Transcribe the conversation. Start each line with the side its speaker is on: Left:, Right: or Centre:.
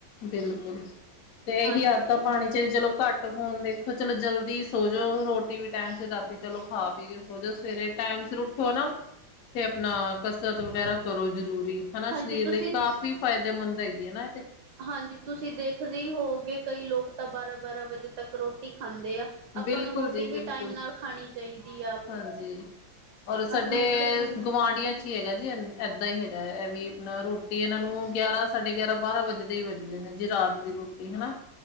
Left: ਬਿਲਕੁਲ ਤੇ
Right: ਹਾਂਜੀ
Left: ਇਹੀ ਆਧਾ ਪਾਣੀ 'ਚ ਚਲੋ ਘੱਟ ਫੋਨ ਦੇਖੋ ਚਲੋ ਜਲਦੀ ਸੋਜੋ ਰੋਟੀ ਵੀ ਟਾਈਮ ਸ ਰਾਤੀ ਚਲੋ ਖਾ ਪੀ ਕੇ ਸੋ ਜੋ ਸਵੇਰੇ ਟਾਈਮ ਫਿਰ ਉੱਠੋ ਨਾ ਤੇ ਆਪਣਾ ਕਸਰਤ ਵਗੈਰਾ ਕਰੋ ਜ਼ਰੂਰ ਹਨਾ
Right: ਹਾਂਜੀ
Left: ਸਰੀਰ
Right: ਤੁਸੀਂ
Left: ਲਈ ਕਾਫ਼ੀ ਫਾਇਦੇਮੰਦ ਹੈਗੀ ਹਨਾ ਇਹ ਤੇ
Right: ਹਾਂਜੀ, ਤੁਸੀਂ ਦੇਖਦੇ ਹੀ ਹੋਵੋਗੇ, ਕਈ ਲੋਕ ਤਾਂ ਬਾਰਾਂ ਬਾਰਾਂ ਵਜੇ ਤੱਕ ਰੋਟੀ ਖ ਖਾਂਦੇ ਆ, ਆਪਾਂ
Left: ਬਿਲਕੁਲ
Right: ਨੂੰ ਰੋਟੀ
Left: ਜੀ ਬਿਲਕੁਲ
Right: ਵੀ ਟਾਈਮ, ਨਾਲ ਖਾਣੀ ਚਾਹੀਦੀ। ਆ
Left: ਹਾਂਜੀ? ਔਰ, ਸਾਡੇ
Right: ਆਪਣੇ ਸਰੀਰ ਨੂੰ
Left: ਗੁਵਢੀਆਂ, ਚ ਹੀ ਹੈਗਾ ਜੀ ਏਦਾਂ ਹੀ ਹੈਗਾ ਇਹ ਵੀ ਨਾ ਰੋਟੀ ਇਹਨਾਂ ਨੂੰ ਗਿਆਰਾਂ, ਸਾਢੇ ਗਿਆਰਾਂ, ਬਾਰਾਂ, ਵੱਜਦੇ ਹੀ ਵੱਜਦੇ ਨੇ ਜੇ ਰਾਤ ਦੀ ਰੋਟੀ ਹਨਾ।